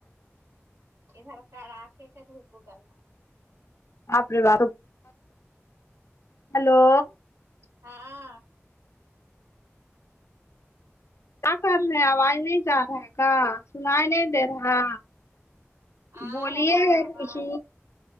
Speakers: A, on the right (about 65°); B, on the left (about 70°).
A: ادھر کڑا کے کے دھوپ گا ہے
B: بے ب ہلو
A: ہاں
B: کیا کر رہے آواز نہیں جا رہا گ سنائی نہیں دے رہا
A: آ
B: بولیے
A: رہا آواز
B: کوچھ